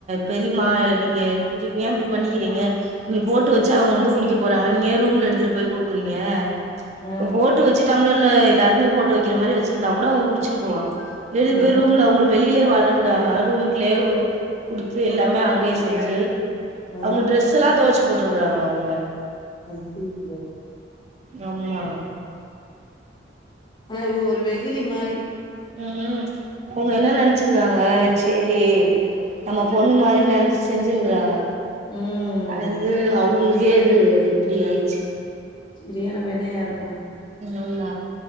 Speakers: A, on the right; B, on the left.
A: பெரிமா நீங்க இங்க இப்ப ஏன் இப்படி பண்ணிக்கிறீங்க நீங்க போட்டு வச்சா அவுங்க வந்து குடிக்க போறாங்க நீங்க ஏன் ரூம்ல எடுத்துட்டு போய் குடுக்கறீங்க
B: ஆ
A: இப்ப போட்டு வச்சி டம்ளர் இந்த எல்லாருக்குமே போட்டு வக்கிற மாரி வச்சிருந்தா கூட அவுங்க குடிச்சிட்டு போவா எதுக்கு
B: ம்
A: போயி ரூம்ல அவுங்கள வெளியிலே வர விட முடாம ரூம்க்குள்ளே அ குடுத்து எல்லாமே அங்கே செஞ்சி
B: ஆ
A: அவுங்க டிரெஸ்லாம் தொவைச்சி போட்டுருக்காங்க அவுங்க
B: அய்யய்ய
A: ஆமா
B: ஆனா இவுங்க ஒரு வெகுலி மாறி
A: ம் ம் அவுங்க என்ன நெனைச்சிருக்காங்க சேரி நம்ம பொண்ணு மாரி நெனச்சி செஞ்சிருக்கறாங்க
B: ம்
A: அது அவுங்களுக்கு கேது இப்டி ஆயிருச்சி
B: செரியான வெனயா இரு
A: ஆமா